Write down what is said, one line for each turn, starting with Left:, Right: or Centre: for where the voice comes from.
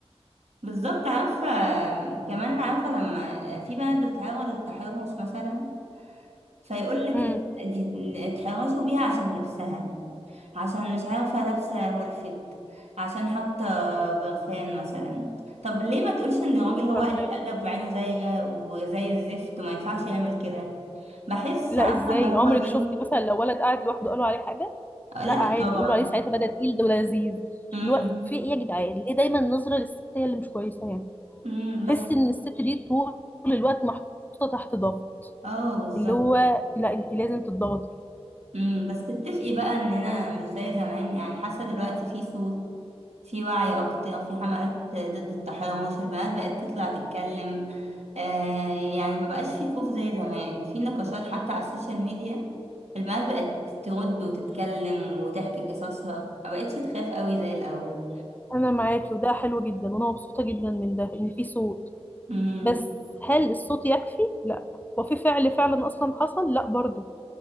Right: بالظبط عارفه كمان عارفه لما في بنات بتتعرض للتحرش مثلا فيقول لك
Left: امم
Right: لا، دي اتحرشوا بيها عشان لبسها عشان مش عارفه لابسه ملفت عشان حاطه برفان مثلا طب ليه ما تقولش ان الراجل هو
Left: فاهمك
Right: قليل الادب وعينه زايغه وزي الزفت وما ينفعش يعمل كده بحس
Left: لا
Right: عارفه
Left: ازاي
Right: اللي هو
Left: عمرك
Right: ايه
Left: شفتي مثلا لو ولد قاعد لوحده قالوا عليه حاجه
Right: آه،
Left: لا
Right: لا
Left: عادي
Right: طبعا
Left: يقولوا عليه ساعتها بدأ تقيل ده لذيذ
Right: امم
Left: الوقت في ايه يا جدعان ليه دايما النظره للست هي اللي مش كويسه يعني
Right: امم
Left: تحسي
Right: بس
Left: ان الست دي طول الوقت محطوطه تحت ضغط
Right: اه بالظبط
Left: اللي هو لا انت لازم تضغطي
Right: امم بس تتفقي بقى اننا مش زي زمان يعني حاسه دلوقتي في صوت في وعي اكتر في حملات ضد التحرش البنات بقت تطلع تتكلم آه يعني ما بقاش في خوف زي زمان في نقاشات حتى على السوشيال ميديا البنات بقت ترد وتتكلم وتحكي قصصها ما بقتش تخاف قوي زي الاول
Left: انا معاكي وده حلو جدا وانا مبسوطه جدا من ده ان في صوت
Right: امم
Left: بس هل الصوت يكفي لا وفي فعل فعلا اصلا حصل لا برضو